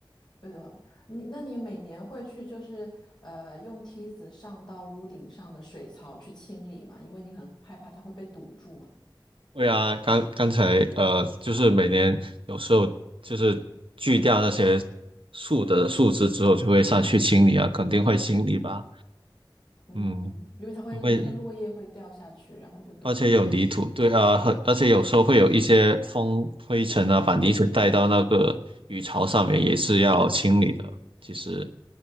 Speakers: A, on the left; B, on the right.
A: 对的，你那你每年会去就是呃用梯子上到屋顶上的水槽去清理嘛？因为你很害怕它会被堵住嘛。
B: 对啊，刚刚才呃，就是每年有时候就是锯掉那些树的树枝之后，就会上去清理啊，肯定会清理吧。
A: 嗯，
B: 嗯，
A: 因为它会那个落叶会掉下去，
B: 因为
A: 然后就堵住。
B: 而且有泥土，对啊，很而且有时候会有一些风、灰尘啊，把泥土带到那个鱼槽上面，也是要清理的。其实，